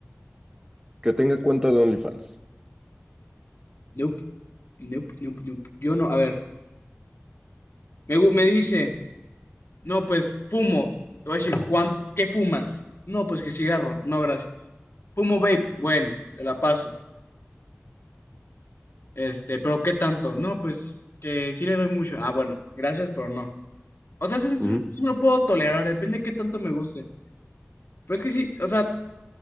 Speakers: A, on the right; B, on the left.
A: que tenga cuenta de OnlyFans.
B: Nope. Nope, nope, nope. Yo no, a ver. Me, gu- me dice, no, pues fumo. Le voy a decir, "¿Cuán- ¿qué fumas? No, pues que cigarro. No, gracias. Fumo vape. Bueno, te la paso. Este, pero ¿qué tanto? No, pues que sí le doy mucho. Ah, bueno, gracias, pero no. O sea, eso, es-
A: Ujú.
B: eso lo puedo tolerar, depende de qué tanto me guste. Pero es que sí, o sea,